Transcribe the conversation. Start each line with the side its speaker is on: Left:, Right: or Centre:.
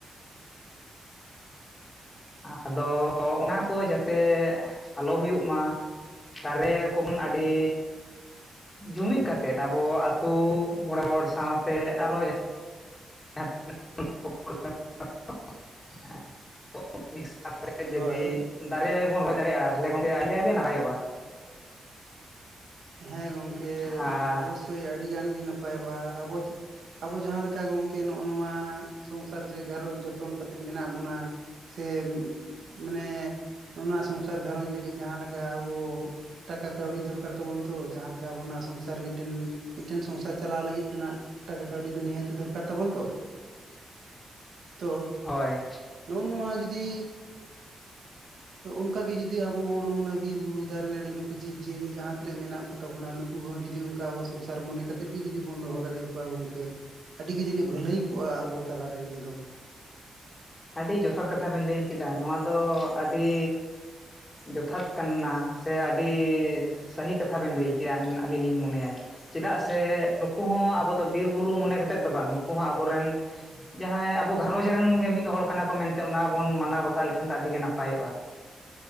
Left: ᱟᱫᱚ ᱚᱱᱟ ᱠᱚ ᱡᱟᱛᱮ ᱟᱞᱚ ᱦᱩᱭᱩᱜ ᱢᱟ, ᱫᱟᱨᱮ ᱠᱚᱵᱚᱱ ᱟᱹᱰᱤ ᱡᱩᱢᱤᱫ ᱠᱟᱛᱮᱫ ᱟᱵᱚ ᱟᱛᱩ ᱢᱚᱬᱮ ᱦᱚᱲ ᱥᱟᱶᱛᱮ ᱟᱨᱚ <unintelligible> <unintelligible> ᱡᱩᱫᱤ
Right: ᱦᱳᱭ
Left: ᱫᱟᱨᱮ ᱵᱚᱱ ᱨᱚᱦᱚᱭ ᱫᱟᱲᱮᱭᱟᱜᱼᱟ ᱛᱟᱦᱚᱞᱮ ᱜᱚᱝᱠᱮ ᱟᱹᱰᱤ ᱜᱮ ᱱᱟᱯᱟᱭᱼᱟ᱾
Right: ᱦᱮᱸ ᱜᱚᱝᱠᱮ
Left: ᱟᱨ
Right: ᱚᱵᱚᱥᱥᱳᱭ ᱟᱹᱰᱤ ᱜᱟᱱ ᱜᱮ ᱱᱟᱯᱟᱭᱚᱜᱼᱟ, ᱟᱵᱚ ᱡᱟᱦᱟᱸ ᱞᱮᱠᱟ ᱜᱚᱢᱠᱮ ᱱᱚᱜᱼᱱᱚᱣᱟ ᱥᱚᱝᱥᱟᱨ ᱥᱮ ᱜᱷᱟᱨᱚᱸᱡᱽ ᱡᱚᱛᱚᱱ ᱠᱟᱛᱮᱫ ᱢᱮᱱᱟᱜ ᱵᱚᱱᱟ, ᱥᱮ ᱢᱟᱱᱮ ᱚᱱᱟ ᱥᱚᱝᱥᱟᱨ ᱜᱷᱟᱨᱚᱸᱡᱽ ᱞᱟᱹᱜᱤᱫ ᱡᱟᱦᱟᱸᱞᱮᱠᱟ ᱟᱵᱚ ᱴᱟᱠᱟ ᱠᱟᱹᱣᱰᱤ ᱫᱚᱨᱠᱟᱨ, ᱛᱟᱵᱚᱱ ᱛᱚ ᱡᱟᱦᱟᱸ ᱞᱮᱠᱟ ᱟᱵᱚᱱᱟᱜ ᱥᱚᱝᱥᱟᱨ ᱢᱤᱫᱴᱮᱱ ᱢᱤᱫᱴᱮᱱ ᱥᱚᱝᱥᱟᱨ ᱪᱟᱞᱟᱣ ᱞᱟᱹᱜᱤᱫ ᱛᱮᱱᱟᱜ ᱴᱟᱠᱟ ᱠᱟᱹᱣᱰᱤ ᱫᱚ ᱱᱤᱦᱟᱹᱛ ᱫᱚᱨᱠᱟᱨ ᱛᱟᱵᱚᱱ ᱛᱚ, ᱛᱚ
Left: ᱦᱳᱭ
Right: ᱱᱚᱜᱼᱚ ᱱᱚᱣᱟ ᱡᱩᱫᱤ ᱚᱱᱠᱟ ᱜᱮ ᱡᱩᱫᱤ ᱟᱵᱚ ᱦᱚᱸ ᱱᱚᱜ-ᱚᱭ ᱱᱚᱣᱟ ᱵᱤᱨ ᱵᱩᱨᱩ ᱫᱟᱨᱮ ᱱᱟᱹᱲᱤ ᱱᱩᱠᱩ ᱡᱤᱵᱽ ᱡᱤᱭᱟᱹᱞᱤ ᱡᱟᱦᱟᱸ ᱨᱮ ᱢᱮᱱᱟᱜ ᱠᱚ ᱛᱟᱵᱚᱱᱟ ᱱᱩᱠᱩ ᱦᱚᱸ ᱡᱩᱫᱤ ᱚᱱᱠᱟ ᱟᱵᱚ ᱥᱚᱝᱥᱟᱨ ᱢᱚᱱᱮ ᱠᱟᱛᱮᱜ ᱜᱮ ᱡᱩᱫᱤ ᱵᱚᱱ ᱫᱚᱦᱚ ᱫᱟᱲᱮᱭᱟᱠᱚᱣᱟ ᱜᱚᱝᱠᱮ ᱟᱹᱰᱤ ᱜᱮ ᱡᱟᱹᱱᱤᱡ ᱵᱷᱟᱹᱞᱟᱹᱭ ᱠᱚᱜᱼᱟ ᱟᱵᱚ ᱛᱟᱞᱟᱨᱮ ᱱᱤᱭᱟᱹ ᱫᱚ
Left: ᱟᱹᱰᱤ ᱡᱚᱛᱷᱟᱛ ᱠᱟᱛᱷᱟ ᱵᱮᱱ ᱞᱟᱹᱭ ᱠᱮᱫᱟ ᱱᱚᱣᱟ ᱫᱚ ᱟᱹᱰᱤ ᱡᱚᱛᱷᱟᱛ ᱠᱟᱱᱟ ᱥᱮ ᱟᱹᱰᱤ ᱥᱟᱹᱦᱤ ᱠᱟᱛᱷᱟ ᱵᱮᱱ ᱞᱟᱹᱭ ᱠᱮᱜᱼᱟ ᱟᱹᱞᱤᱧ ᱞᱤᱧ ᱢᱚᱱᱮᱭᱟ ᱪᱮᱫᱟᱜ ᱥᱮ ᱱᱩᱠᱩ ᱦᱚᱸ ᱟᱵᱚ ᱫᱚ ᱵᱤᱨ ᱵᱩᱨᱩ ᱢᱚᱱᱮ ᱠᱟᱛᱮᱫ ᱫᱚ ᱵᱟᱝ ᱱᱩᱠᱩ ᱦᱚᱸ ᱟᱵᱚᱨᱮᱱ ᱡᱟᱦᱟᱸᱭ ᱟᱵᱚ ᱜᱷᱟᱨᱚᱸᱡᱽ ᱨᱮᱱ ᱜᱮ ᱢᱤᱫ ᱦᱚᱲ ᱠᱟᱱᱟ ᱠᱚ ᱢᱮᱱᱛᱮ ᱚᱱᱟ ᱵᱚᱱ ᱢᱟᱱᱟᱣ ᱵᱟᱛᱟᱣ ᱞᱮᱠᱷᱟᱱ ᱫᱚ ᱟᱹᱰᱤ ᱜᱮ ᱱᱟᱯᱟᱭᱚᱜᱼᱟ᱾